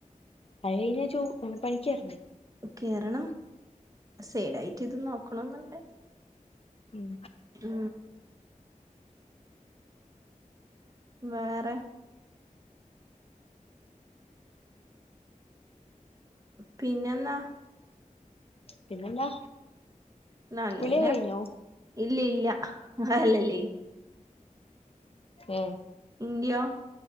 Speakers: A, on the left; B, on the right.
A: അത് കഴിഞ്ഞാ ചോ പണിക്കേറ്ണ്ടേ
B: കേറണം സൈഡായിട്ട് ഇതും നോക്കണെന്ന്ണ്ട്
A: ഉം
B: ആ വേറെ പിന്നെന്നാ
A: പിന്നെന്താ
B: നല്ലേനെ
A: കുളിയൊക്കെ കഴിഞ്ഞോ
B: ഇല്യ ഇല്യ അല്ലല്ല
A: ഏ
B: ഇന്ത്യോ